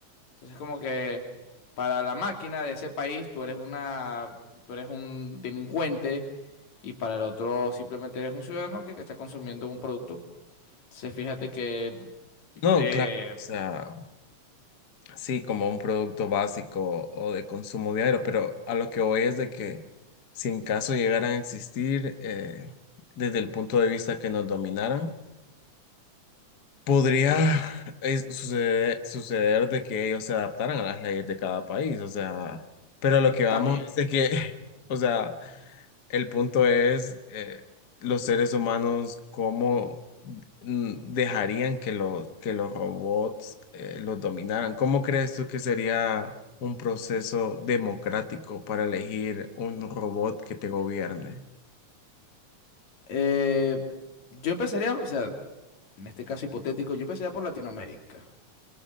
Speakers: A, on the left; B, on the left.
A: Entonces como que para la máquina de ese país tú eres una, tú eres un delincuente y para el otro simplemente eres un ciudadano que está consumiendo un producto. Entonces fíjate que
B: No,
A: eh,
B: claro. O sea, sí, como un producto básico o de consumo diario, pero a lo que voy es de que si en caso llegaran a existir, eh, desde el punto de vista que nos dominaran, Podría
A: Ujú.
B: eh, sucede- suceder, de que ellos se adaptaran a las leyes de cada país, o sea, pero lo que vamos
A: también
B: es de que, <laughs> o sea, el punto es eh, los seres humanos cómo mm, dejarían que los que los robots eh, los dominaran. ¿Cómo crees tú que sería un proceso democrático para elegir un robot que te gobierne?
A: eh, yo empezaría, o sea, en este caso hipotético, yo empezaría por Latinoamérica.